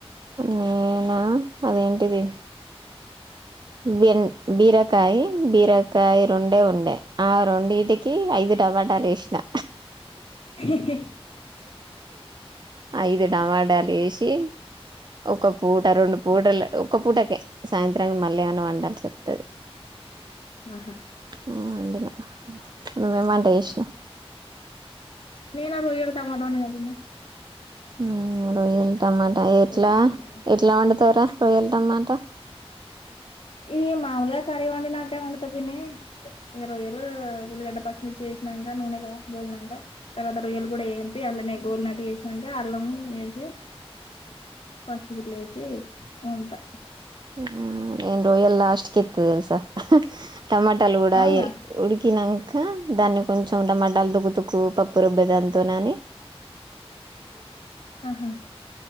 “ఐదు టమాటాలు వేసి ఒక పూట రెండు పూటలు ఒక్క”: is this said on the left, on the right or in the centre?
Right